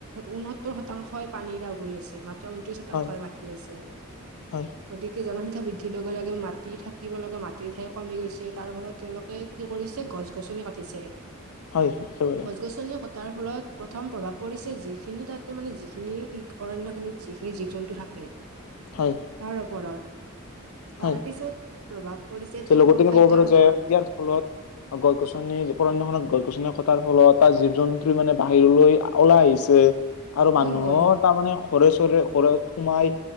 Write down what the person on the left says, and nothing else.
হয়
হয়,
হয়, একেবাৰে
হয়।
হয়,
যে
লগতে আমি
ক'ব পাৰো
যে <unintelligible> গছ গছনি উপণ্যখনত গছ গছনি ফলত তাৰ জীৱ জন্তু বাহিৰলৈ ওলাই আহিছে। আৰু
মানুহৰ
তাৰমানে ঘৰে চৰে ঘৰত সোমাই